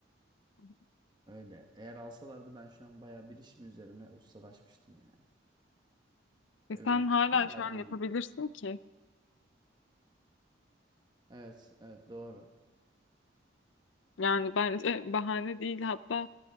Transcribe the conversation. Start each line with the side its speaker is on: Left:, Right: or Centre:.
Left: hı.
Right: Öyle. Eğer alsalardı ben şu an bayağı bir işim üzerine ustalaşmıştım yani.
Left: E
Right: Ee,
Left: Sen
Right: bir
Left: hala
Right: ilgim var
Left: şu an
Right: bir.
Left: yapabilirsin ki.
Right: Evet, evet doğru.
Left: Yani bence <laughs> bahane değil. Hatta